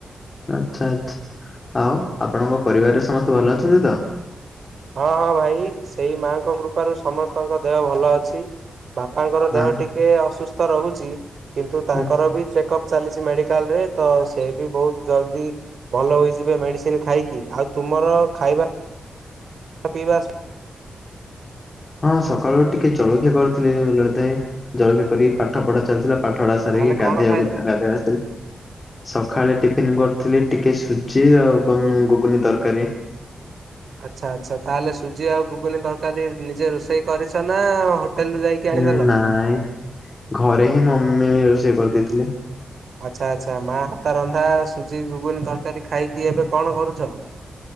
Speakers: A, on the left; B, on the right.
A: ଆଚ୍ଛା ଆଚ୍ଛା ଆଉ ଆପଣଙ୍କ ପରିବାରରେ ସମସ୍ତେ ଭଲ ଅଛନ୍ତି ତ।
B: ହଁ ହଁ ଭାଇ ସେଇ ମାଆଙ୍କ କୃପାରୁ ସମସ୍ତଙ୍କ ଦେହ ଭଲ ଅଛି। ବାପାଙ୍କର ଦେହ
A: ହଁ
B: ଟିକେ ଅସୁସ୍ଥ ରହୁଛି କିନ୍ତୁ ତାଙ୍କର
A: ଆଚ୍ଛା।
B: ବି ଚେକଅପ୍ ଚାଲିଛି ମେଡ଼ିକାଲରେ ତ ସେ ବି ବହୁତ ଜଲ୍ଦି ଭଲ ହେଇଯିବେ ମେଡିସିନ ଖାଇକି ଆଉ ତୁମର ଖାଇବା ପିଇବା ସ
A: ହଁ ସକାଳୁ ଟିକେ ଜଳଖିଆ କରିଥିଲେ ଭଲ ଲାଗିଥାଏ ଜଳଖିଆ କରି ପାଠ ପଢା ଚାଲିଥିଲା। ପାଠ ପଢା ସରିକି
B: ତାହେଲେ
A: ଗାଧେଇବାକୁ
B: କଣ ଖାଇଲ?
A: ଯା ଗାଧେଇ ଆସିଥିଲି। ସଖାଳେ ଟିଫିନି କରିଥିଲି ଟିକେ ସୁଜି ଏବଂ ମୁ ଗୁଗୁନି ତରକାରୀ।
B: ଆଚ୍ଛା ଆଚ୍ଛା। ତାହେଲେ ସୁଜି ଆଉ ଗୁଗୁନି ତରକାରୀ ନିଜେ ରୋଷେଇ କରିଛ ନା ହୋଟେଲ୍ ରୁ ଯାଇକି ଆଣିଦେଲ?
A: ହୁ ନାଇଁ ଘରେ ହିଁ ମମି ରୋଷେଇ କରିଦେଇଥିଲେ।
B: ଆଚ୍ଛା ଆଚ୍ଛା ମା ହାତ ରନ୍ଧା ସୁଜି ଗୁଗୁନି ତରକାରୀ ଖାଇକି ଏବେ କଣ କରୁଛ?